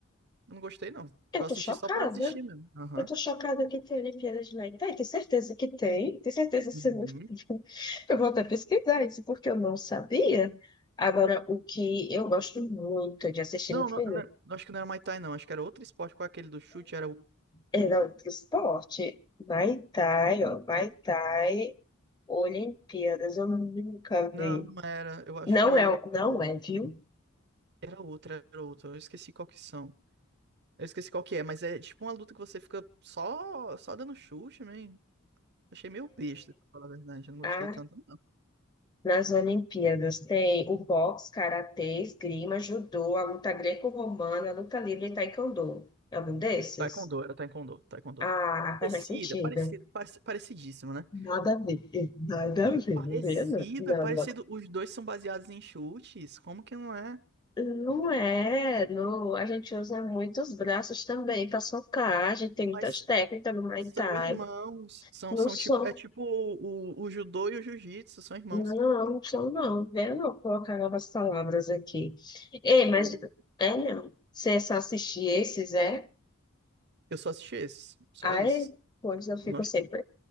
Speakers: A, on the right; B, on the left.
A: Não gostei não.
B: Eu
A: Eu assisti
B: tô chocada.
A: só pra assistir mesmo. Aham.
B: Eu tô chocada que tem Olimpíadas de Muay Thai. Tenho certeza que tem. Tenho certeza que
A: Uhum.
B: você não... <laughs> Eu vou até pesquisar isso porque eu não sabia. Agora, o que eu gosto muito de assistir
A: Não,
B: no filme.
A: não, não, não, acho que não era Muay Thai não, acho que era outro esporte com aquele do chute, era o
B: É, não, pro esporte. Muay Thai, ó. Muay Thai, Olimpíadas, eu nunca vi.
A: Não, não era. Eu acho
B: Não
A: que
B: é,
A: era
B: o- não
A: outro.
B: é, viu?
A: Era outro, era outro. Eu esqueci qual que são. Eu esqueci qual que é, mas é tipo uma luta que você fica só só dando chute, man. Achei meio besta, pra falar a verdade. Eu não gostei
B: Ah,
A: tanto, não.
B: nas Olimpíadas tem o boxe, karatê, esgrima, judô, a luta greco-romana, a luta livre e taekwondo. É algum desses?
A: Taekwondo, era Taekwondo, Taekwondo.
B: Ah, faz
A: Parecida,
B: mais sentido.
A: parecido, parec- parecidíssimo, né?
B: Nada a ver, nada a
A: É
B: ver,
A: parecido,
B: não, vê, não, Não,
A: é parecido.
B: não.
A: Os dois são baseados em chutes. Como que não é?
B: Não é, não, a gente usa muitos braços também para socar, a gente tem muitas
A: Mas
B: técnicas no Muay
A: são
B: Thai.
A: irmãos. São,
B: Não
A: são
B: sou,
A: tipo. É tipo o, o, o judô e o jiu-jitsu, são irmãos.
B: não, não sou não, eu não colocar novas palavras aqui. Ei,
A: Como
B: mas,
A: não?
B: é não, se é só assistir esses, é,
A: Eu só assisti esses. Só
B: aí,
A: esses.
B: pois eu fico
A: Não...
B: sempre,